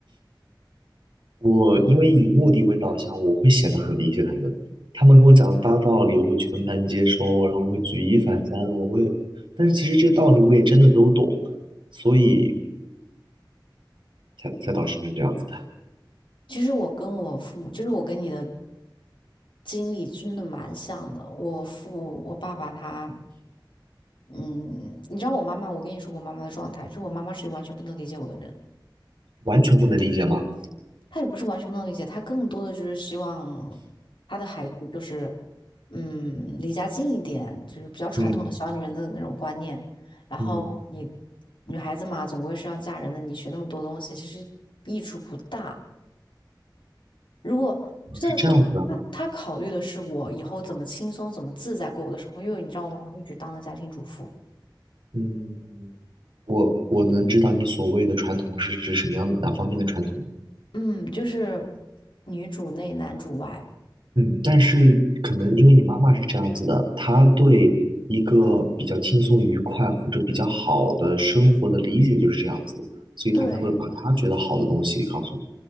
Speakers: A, on the right; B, on the left.
A: 我因为以目的为导向，我会显得很理解他们。他们跟我讲的大道理，我会全盘接收，然后我会举一反三，我会，但是其实这些道理我也真的都懂，所以才才导致成这样子的，
B: 其实我跟我父母，就是我跟你的经历真的蛮像的。我父，我爸爸他，嗯，你知道我妈妈，我跟你说我妈妈的状态，就是我妈妈是完全不能理解我的人，
A: 完全不能理解吗？
B: 她也不是完全不能理解，她更多的就是希望她的孩子就是，嗯，离家近一点，就是比较传统的小女人的那种观念。
A: 嗯
B: 然后你
A: 嗯，
B: 女孩子嘛，总归是要嫁人的，你学那么多东西，其实益处不大。如果这就他他考虑的是我以后怎么轻松、
A: 是这样子的，
B: 怎么自在过我的生活，因为你知道我妈妈一直当的家庭主妇，
A: 嗯，我我能知道你所谓的传统是指什么样哪方面的传统？
B: 嗯，就是女主内男主外，
A: 嗯，但是可能因为你妈妈是这样子的，她对一个比较轻松愉快或者比较好的生活的理解就是这样子的，所以她才会把她觉得好的东西告诉你。
B: 对，